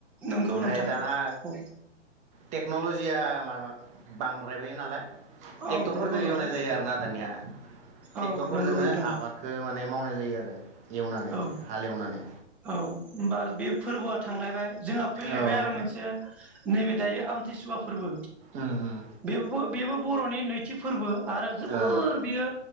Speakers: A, in the centre; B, on the right.
A: नंगौ
B: ओमफ्राय
A: नोंथां
B: दाना
A: औ
B: टेक्नलजिया बांद्रायबाय नालाय ट्रेक्टरफोरजों
A: औ नंगौ नोंथां
B: एवनाय जायो आरो ना दानिया
A: औ
B: ट्रेक्टर फोरजोंनो
A: नंगौ नोंथां
B: आबादखौ माने मावनाय जायो <unintelligible>
A: औ
B: हालेवनानै
A: औ होनबा बे फोरबोआ थांलायबाय जोंहा फैलायबाय
B: औ
A: आरो मोनसे नैबे दायो आमथिसुवा फोरबो
B: उम उम
A: बेवबो बेबो बर'नि नैथि फोरबो आरो जोबोर
B: ओ
A: बियो